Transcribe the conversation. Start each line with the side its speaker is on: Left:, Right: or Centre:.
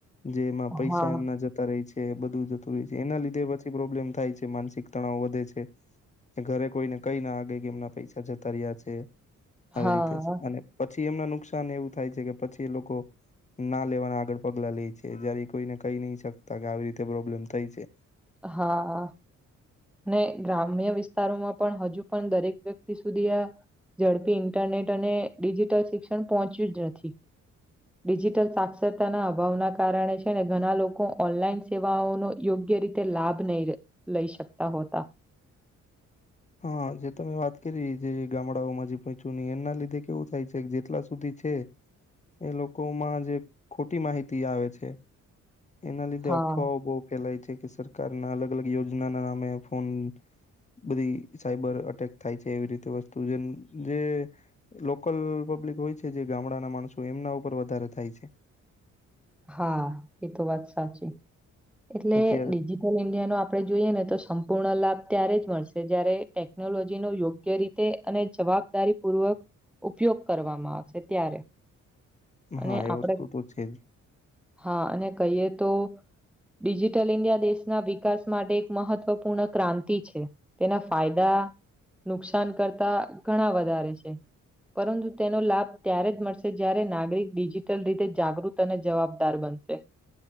Left: જેમાં પૈસા
Centre: હા.
Left: એમના જતા રેય છે બધું રેય છે. એના લીધે પછી પ્રોબ્લેમ થાય છે માનસિક તણાવ વધે છે. ઘરે કોઈને કય ના દે કે એમના પૈસા જતા રહ્યા છે આવી
Centre: હા,
Left: રીતે છે અને પછી પછી એમના નુકસાન એવું થાય છે કે પછી એ લોકો ના લેવાના આગળ પગલા લે છે જયારે કોઈને કય નય શકતા કે આવી રીતે પ્રોબ્લેમ થાય છે.
Centre: હા. ને ગ્રામ્ય વિસ્તારોમાં પણ હજુ પણ દરેક વ્યક્તિ સુધી આ ઝડપી ઇન્ટરનેટ અને ડિજિટલ શિક્ષણ પહોંચ્યું જ નથી. ડિજિટલ સાક્ષરતાના અભાવના કારણે છે ને ઘણા લોકો ઓનલાઈન સેવાઓનો યોગ્ય રીતે રીતે લાભ લય લે લઈ શકતા હોતા.
Left: હા જે તમે વાત કરી જે ગામડાઓમાં જે પચુની એના લીધે કેવું થાય છે જેટલા સુધી છે એ લોકોમાં જે ખોટી માહિતી આવે છે. એના લીધે
Centre: હા,
Left: અફવાઓ બો ફેલાય છે. કે સરકાર ના અલગ અલગ યોજના ના નામે ફોન બધી સાયબર અટેક થાય છે એવી રીતે વસ્તુ જે જે લોકલ પબ્લિક હોય છે જે ગામડા ના માણસો એમના ઉપર વધારે થાય છે.
Centre: હા એ તો વાત સાચી એટલે
Left: અત્યારે
Centre: ડિજિટલ ઇન્ડિયાનો આપડે જોઈએ ને તો સંપૂર્ણ લાભ ત્યારે જ મળશે જયારે ટેકનોલોજી નો યોગ્ય રીતે અને જવાબદારી પૂર્વક ઉપયોગ કરવામાં આવશે ત્યારે
Left: હા
Centre: અને
Left: એ
Centre: આપણે
Left: વસ્તુ તો છે જ
Centre: હા અને કહીએ તો ડિજિટલ ઇન્ડિયા દેશના વિકાસ માટે એક મહત્વપૂર્ણ ક્રાંતિ છે તેના ફાયદા નુકસાન કરતા ઘણા વધારે છે. પરંતુ તેનો લાભ ત્યારે જ મળશે જ્યારે નાગરિક ડિજિટલ રીતે જાગૃત જાગૃત અને જવાબદાર બનશે.